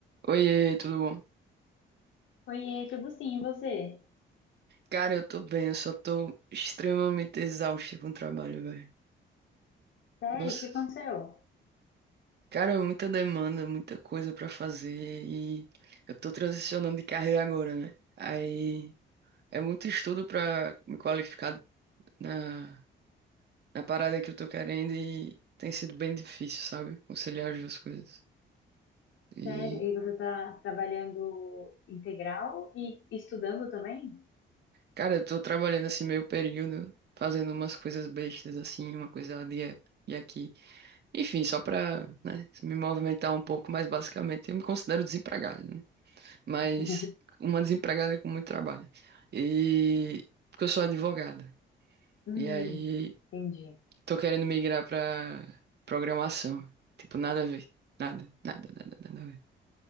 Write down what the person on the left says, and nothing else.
Oiê, tudo sim, e você?
Sério,
o que aconteceu?
Sério, e você está trabalhando integral e estudando também?
<laughs>
Hum,
entendi.